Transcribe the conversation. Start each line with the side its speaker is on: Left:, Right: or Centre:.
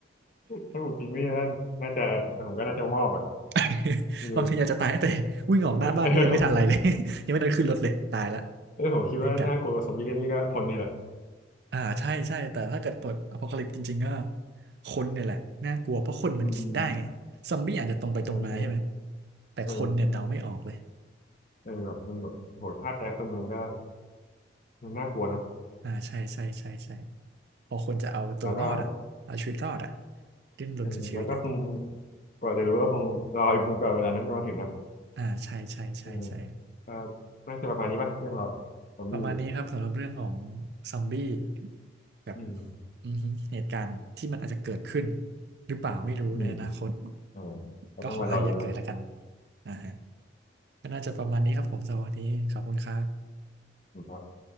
Left: ถ้าผมจริงไม่น่าน่าจะผมก็น่าจะมอบอ่ะ
Right: <laughs>
Left: ไม่รู้
Right: บางทีอยากจะตายตั้งแต่วิ่งออกหน้าบ้านนี่ยังไม่ทันไรเลย
Left: <laughs> เออ
Right: <laughs> ยังไม่ทันขึ้นรถเลยตายแล้ว
Left: เออผมคิดว่าน่ากลัวกว่าซอมบี้ก็นี่ก็คนนี่แหละ
Right: ซอมบี้กัด อ่าใช่ใช่แต่ถ้าเกิดเปิดอ p อ c a ลิป e จริงๆก็คนเนี่ยแหละน่ากลัวเพราะคนมันคิดได้ไงซอมบี้อาจจะตรงไปตรงมาใช่ไหม
Left: อืมอืมใช่ใช่
Right: แต่คนเนี่ยเดาไม่ออกเลย
Left: เออเออแบบมันแบบโหท่าแท้คนมันก็มันน่ากลัวเนาะ
Right: อ่าใช่ใช่ใช่ใช่พอคนจะเอาตัวรอดอ่ะเอาชีวิตรอดอ่ะ
Left: แล้วก็
Right: ดิ้นรนสุดชีวิตอ่ะ
Left: เออแล้วก็คงกว่าจะรู้ก็คงรออีกจนกว่าเวลานั้นจะมาถึงนะ
Right: อ่าใช่ใช่ใช่ใช่
Left: เออก็น่าจะประมาณนี้ป่ะเรื่องเราซอมบี้หรือ
Right: ประมาณนี้ครับสำหรับเรื่องของซอมบี้แบบ
Left: อืม
Right: อือฮึเหตุการณ์ที่มันอาจจะเกิดขึ้นหรือเปล่าไม่รู้ในอนาคต
Left: อืม อ่าก็ต้องมารอดูเนาะ
Right: ก็ขอให้อย่าเกิดแล้วกันอ่าฮะ ก็น่าจะประมาณนี้ครับผมสำหรับวันนี้ขอบคุณครับ
Left: คุณพ่อ